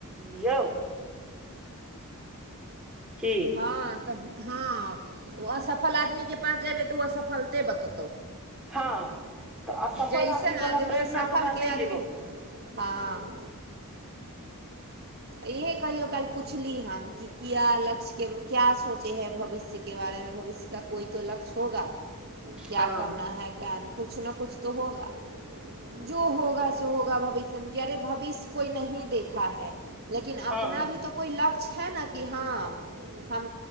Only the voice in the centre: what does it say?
लियौ की
हँ तऽ असफल
आदमीवला
प्रेरणा
हमरा नहि
लेबऽके अ
हँ
हँ